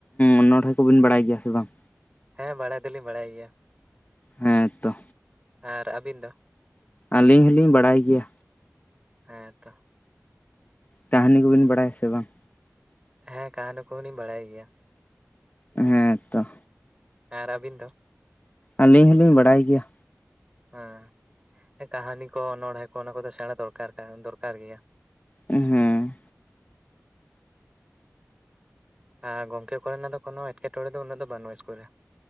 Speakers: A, on the left; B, on the right.
A: ᱚᱱᱚᱲᱦᱮ ᱠᱚᱵᱤᱱ ᱵᱟᱲᱟᱭ ᱜᱮᱭᱟ ᱥᱮ ᱵᱟᱝ?
B: ᱦᱮᱸ ᱵᱟᱲᱟᱭ ᱫᱚᱞᱤᱧ ᱵᱟᱲᱟᱭ ᱜᱮᱭᱟ,
A: ᱦᱮᱸ ᱛᱚ
B: ᱟᱨ ᱟᱵᱤᱱ ᱫᱚ?
A: ᱟᱞᱤᱧ ᱦᱚᱞᱤᱧ ᱵᱟᱲᱟᱭ ᱜᱮᱭᱟ᱾
B: ᱦᱮᱸᱛᱚ
A: ᱛᱟᱹᱦᱱᱤ ᱠᱚᱵᱤᱱ ᱵᱟᱲᱟᱭᱟ ᱥᱮ ᱵᱟᱝ?
B: ᱦᱮᱸ ᱠᱟᱦᱱᱤ ᱠᱚᱦᱚ ᱞᱤᱧ ᱵᱟᱲᱟᱭ ᱜᱮᱭᱟ᱾
A: ᱦᱮᱸᱛᱚ᱾
B: ᱦᱮᱸ ᱟᱨ ᱟᱵᱤᱱ ᱫᱚ?
A: ᱟᱞᱤᱧ ᱦᱚᱞᱤᱧ ᱵᱟᱰᱟᱭ ᱜᱮᱭᱟ᱾
B: ᱦᱮᱸ ᱠᱟᱦᱱᱤ ᱠᱚ ᱚᱱᱚᱬᱦᱮᱸ ᱠᱚ ᱚᱱᱟ ᱠᱚᱫᱚ ᱥᱮᱬᱟ ᱫᱚᱨᱠᱟᱨ ᱠᱟᱱ ᱫᱚᱨᱠᱟᱨ ᱜᱮᱭᱟ᱾
A: ᱦᱩᱸ
B: ᱟᱨ ᱜᱚᱝᱠᱮ ᱠᱚᱨᱮᱱᱟᱜ ᱫᱚ ᱠᱚᱱᱚ ᱮᱴᱠᱮᱴᱚᱬᱮ ᱫᱚ ᱩᱱᱟᱹᱜ ᱫᱚ ᱵᱟᱱᱩᱜᱼᱟ ᱤᱥᱠᱩᱞ ᱨᱮ